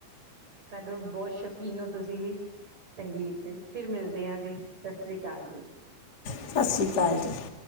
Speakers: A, on the right (about 45°); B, on the left (about 30°).
A: ਤਾਂਨੂੰ ਬਹੁਤ ਸ਼ਕੀਨ ਹੋ, ਤੁਸੀਂ ਵੀ। ਸੰਗੀਤ ਤੇ, ਫਿਰ ਮਿਲਦੇ ਆਂ ਜੀ, ਸਤਿ ਸ੍ਰੀ ਅਕਾਲ ਜੀ।
B: ਸਤਿ ਸ੍ਰੀ ਅਕਾਲ ਜੀ